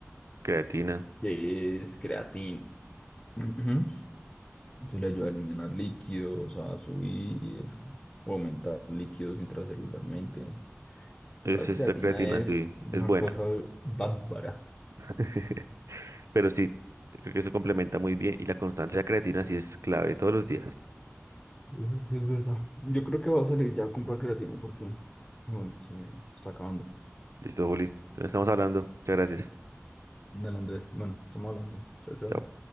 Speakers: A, on the right; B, on the left.
A: Creatina.
B: que es creatina. <clears throat> Ujú. Eso le ayuda a eliminar líquidos, a subir o aumentar líquidos intracelularmente.
A: Es
B: Esa
A: esta
B: creatina
A: creatina,
B: es
A: sí,
B: una
A: es buena.
B: cosa bárbara.
A: <laughs> Pero sí, creo que se complementa muy bien y la constancia de la creatina sí es clave todos los días.
B: Eso sí es verdad. Yo creo que va a salir ya a comprar creatina porque, bueno, se me está acabando.
A: Listo, Juli. Entonces estamos hablando. Muchas gracias.
B: Dale, Andrés. Bueno, estamos hablando. Chao, chao.
A: Chao.